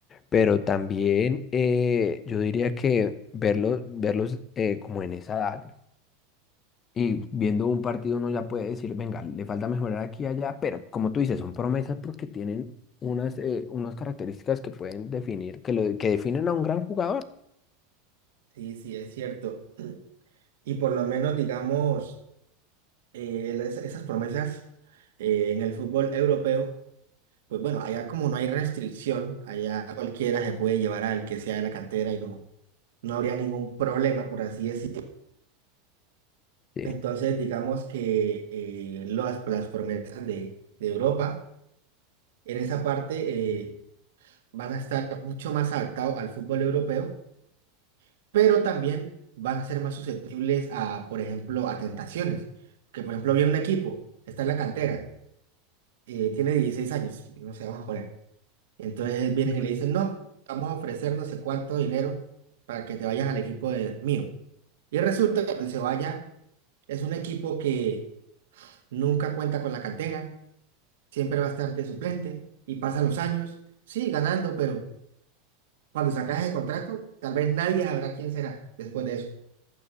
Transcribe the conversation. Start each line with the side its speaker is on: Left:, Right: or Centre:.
Left: Pero también eh, yo diría que verlo, verlos eh, como en esa edad y viendo un partido uno ya puede decir, venga, le falta mejorar aquí y allá, pero como tú dices, son promesas porque tienen unas, eh, unas características que pueden definir, que, lo, que definen a un gran jugador.
Right: Sí, sí, es cierto. Y por lo menos, digamos, eh, es- esas promesas eh, en el fútbol europeo, pues bueno, allá como no hay restricción, allá cualquiera se puede llevar al que sea de la cantera y no, no habría ningún problema, por así decirlo.
Left: Sí,
Right: Entonces, digamos que eh, las, las promesas de, de Europa en esa parte eh, van a estar mucho más adaptados al fútbol europeo pero también van a ser más susceptibles a, por ejemplo, a tentaciones. Que, por ejemplo, viene un equipo, está en la cantera, eh, tiene 16 años, no sé, vamos a poner. Entonces vienen
Left: Ujú.
Right: y le dicen, no, vamos a ofrecer no sé cuánto dinero para que te vayas al equipo de, mío. Y resulta que cuando se vaya, es un equipo que nunca cuenta con la cantera, siempre va a estar de suplente y pasan los años, sí, ganando, pero cuando sacas el contrato, tal vez nadie sabrá quién será después de eso.